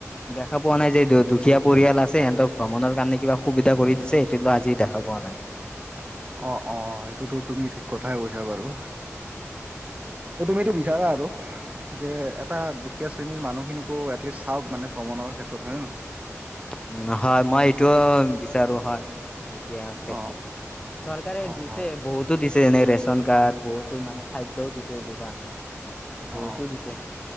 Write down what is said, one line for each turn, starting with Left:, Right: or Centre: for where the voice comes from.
Left: দেখা পোৱা নাই যে দুখীয়া পৰিয়াল আছে সিহঁতক ভ্ৰমণৰ কাৰণে কিবা সুবিধা কৰি দিছে সেইটো লো আজি দেখা পা কোৱা নাই
Right: অঁ অঁ এইটোতো তুমি ঠিক কথাই কৈছা বাৰু ত তুমিিতটো
Left: হয়
Right: বিচাৰা আৰু যে এটা দুখীয়া শ্ৰেণীৰ মানুহখিনিকো এটলিষ্ট চাওকানে ভ্ৰমণৰ ক্ষেত্ৰত হয় নে নহয়
Left: উ হয় মই এইটো বিচাৰো হয় তেতি ক্ষেত্ৰে
Right: অ
Left: চৰকাৰে
Right: অ
Left: দিছে
Right: অ
Left: বহুতো দিছে এনে ৰেচন কাৰ্ড বহুতো মানে খাদ্যয়ও দিছে যোগান বহুতো
Right: অ
Left: দিছে